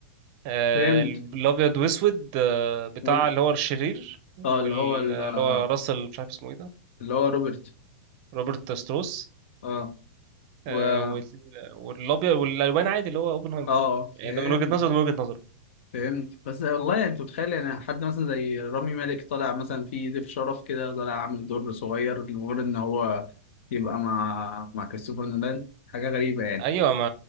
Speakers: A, on the right (about 45°); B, on the left (about 65°).
A: آه،
B: فهمت
A: الابيض واسود آه، بتاع
B: وجه
A: اللي هو الشرير واللي
B: اه اللي هو ال- آه،
A: هو راسل مش عارف اسمه ايه ده
B: اللي هو روبرت
A: روبرت ستروس
B: اه
A: آه،
B: و اه
A: وال- والابيض والالوان عادي اللي هو اوبنهايمر
B: آه،
A: يعني
B: فهمت
A: ده من وجهة نظره ده من وجهة نظره
B: فهمت بس والله يعني انت متخيل يعني حد مثلا زي رامي مالك طالع مثلا في ضيف شرف كده طالع عامل دور صغير لمجرد ان هو يبقى مع مع كريستوفر نولان حاجة غريبة يعني
A: ايوه ما